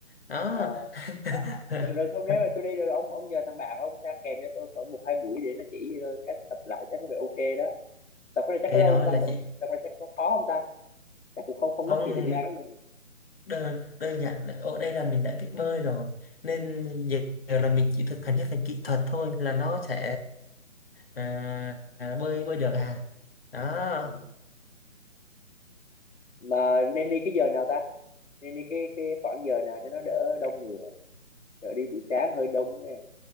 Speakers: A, on the left; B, on the left.
A: đó
B: ờ
A: <laughs>
B: được được không nếu mà tôi đi rồi ông ông nhờ thằng bạn ông sang kèm cho tôi khoảng một hai buổi để nó chỉ cho tôi cách tập lại chắc có vẻ ok đó tập cái này chắc
A: cái
B: lâu
A: đó
B: không ta
A: là
B: tập,
A: chị
B: tập cái này chắc có khó không ta chắc cũng không không
A: không
B: mất nhiều thời gian lắm đâu
A: đơn, đơn giản là ở đây là mình đã biết bơi rồi nên giờ, giờ là mình chỉ thực hành cái phần kỹ thuật thôi là nó sẽ à, à, bơi bơi được à đó
B: ừ. mà nên đi cái giờ nào ta nên đi cái cái khoảng giờ nào cho nó đỡ đông người à? đỡ đi buổi sáng hơi đông